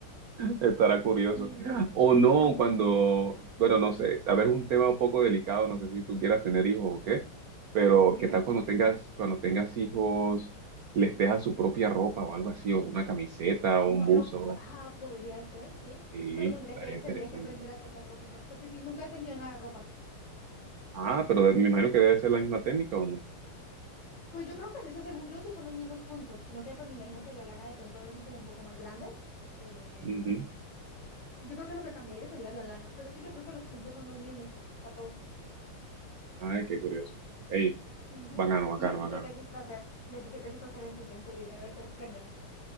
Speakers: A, on the right; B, on the left.
A: Estará curioso.
B: Y,
A: O no,
B: ajá.
A: cuando, bueno, no sé, tal vez un tema un poco delicado, no sé si tú quieras tener hijos o qué, pero
B: Dime.
A: qué tal cuando tengas, cuando tengas hijos, les dejas su propia ropa o algo así, o una camiseta
B: Bueno,
A: o un buzo.
B: bu- ah, podría ser, sí.
A: Sí,
B: Pero tendría
A: estaría
B: que,
A: interesante.
B: tendría que aprender a tejer ropitas, porque si nunca he tejido nada de ropa.
A: Ah, pero me imagino que debe ser la misma técnica o no.
B: Pues yo creo que sí, o sea, según yo sí son los mismos puntos, sino que pues me imagino que la lana de pronto debe ser como un poco más grande. Eh,
A: Ujú.
B: yo creo que lo que cambiaría sería la lana, pero sí, yo creo que los puntos son los mismos para todo.
A: Ay, qué curioso. Ey,
B: Ujú.
A: bacano, bacano,
B: ¿Y a ti
A: bacano.
B: qué te gusta hacer? ¿Y a ti qué te gusta hacer en tu tiempo libre? A ver, sorpréndeme.